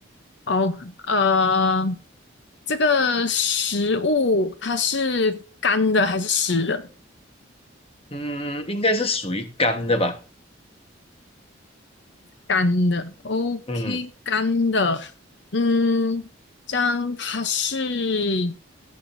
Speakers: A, on the left; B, on the left.
A: 哦，呃，这个食物它是干的还是湿的？
B: 嗯，应该是属于干的吧？
A: 干的。OK，
B: 嗯，
A: 干的。嗯，这样它是